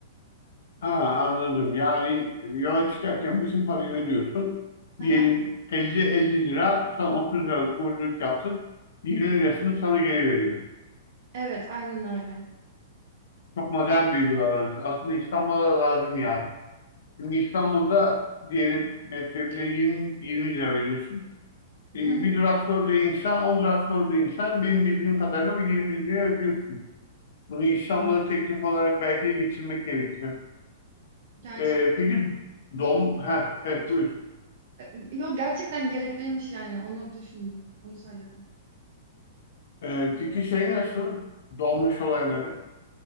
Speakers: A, on the left; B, on the right.
A: Ha, anladım. Yani yola çıkarken bütün parayı ödüyorsun.
B: Hı
A: Diyelim
B: hı.
A: 50-50 lira sen 30 liralık borculuk yaptın. 20 lirasını sana geri veriyor.
B: Evet, aynen öyle.
A: Çok modern bir uygulamaymış. Aslında İstanbul'a da lazım yani. Şimdi İstanbul'da diyelim metroya bile 20, 20 lira veriyorsun.
B: Hı
A: E,
B: hı.
A: bir durak sorduğu insan, on durak sorduğu insan benim bildiğim kadarıyla o 20 liraya ödüyorsun. Bunu İstanbul'a
B: Ya,
A: teklif olarak belki de getirmek gerekiyor.
B: gerçek
A: E, peki dom, ha evet buyur.
B: e, gerçekten gerekliymiş yani onu düşündüm. Onu söyledim.
A: E, peki şey nasıl? Dolmuş olayları.